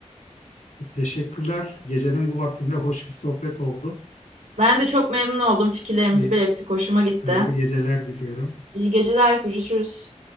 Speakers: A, on the left; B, on the right.
A: Teşekkürler. Gecenin bu vaktinde hoş bir sohbet oldu.
B: Ben de çok memnun oldum. Fikirlerimizi
A: Hayır,
B: belirttik. Hoşuma gitti.
A: hayırlı geceler diliyorum.
B: İyi geceler. Görüşürüz.